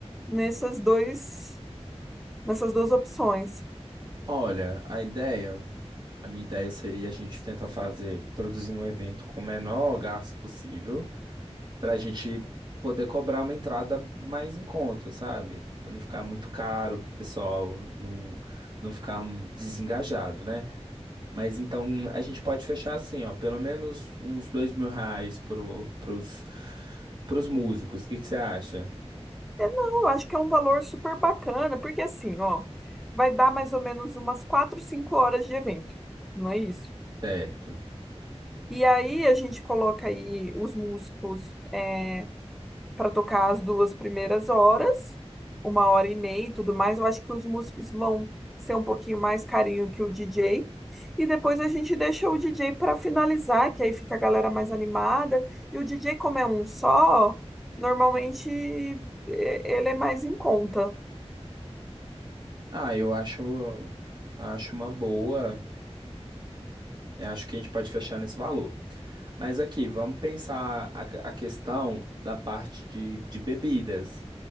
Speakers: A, in the centre; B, on the right (about 45°).
A: nessas dois, nessas duas opções.
B: Olha, a ideia, a minha ideia seria a gente tentar fazer, produzir um evento com o menor gasto possível, para a gente poder cobrar uma entrada mais em conta, sabe? Pra não ficar muito caro, o pessoal não, não ficar desengajado, né? Mas então a gente pode fechar assim, ó, pelo menos uns dois mil reais pro, pros, pros músicos. O que que você acha?
A: É, não, eu acho que é um valor super bacana, porque assim, ó, vai dar mais ou menos umas quatro, cinco horas de evento, não é isso?
B: Certo.
A: E aí a gente coloca aí os músicos eh, para tocar as duas primeiras horas, uma hora e meia e tudo mais. Eu acho que os músicos vão ser um pouquinho mais carinho que o DJ. E depois a gente deixa o DJ para finalizar, que aí fica a galera mais animada. E o DJ, como é um só, normalmente e- ele é mais em conta.
B: Ah, eu acho, acho uma boa. Eu acho que a gente pode fechar nesse valor. Mas aqui, vamos pensar a, que- a questão da parte de, de bebidas.